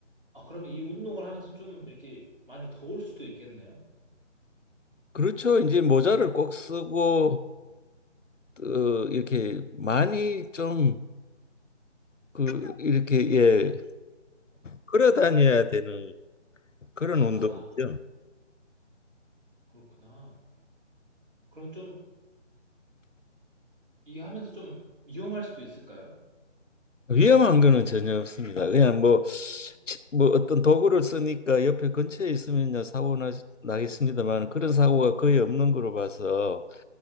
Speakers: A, in the centre; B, on the left.
A: 아, 그러면 이 운동을 하면서 좀 이렇게 많이 더울 수도 있겠네요.
B: 그렇죠. 이제 모자를 꼭 쓰고 어, 이렇게 많이 좀 그 이렇게 예 걸어 다녀야 되는 그런 운동이죠.
A: 아, 그렇구나. 그럼 좀 이게 하면서 좀 위험할 수도 있을까요?
B: 위험한 거는 전혀 없습니다. 그냥 뭐, 치- 뭐 어떤 도구를 쓰니까 옆에 근처에 있으면 요 사고 나, 나겠습니다만 그런 사고가 거의 없는 거로 봐서